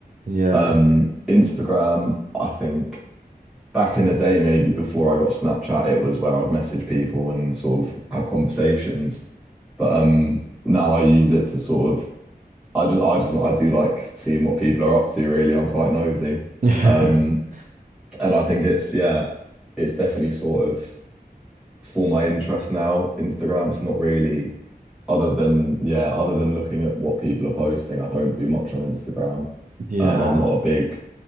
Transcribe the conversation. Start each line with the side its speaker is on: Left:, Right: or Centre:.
Right: yeah.
Centre: Um, Instagram, I think back in the day, maybe before I got Snapchat, it was where I'd message people and sort of have conversations. But um now I use it to sort of I just I just I do like seeing what people are up to really. I'm quite nosy.
Right: <laughs>
Centre: Um and I think it's yeah, it's definitely sort of for my interest now. Instagram, it's not really other than yeah, other than looking at what people are posting, I don't do much on Instagram.
Right: Yeah.
Centre: Um I'm not a big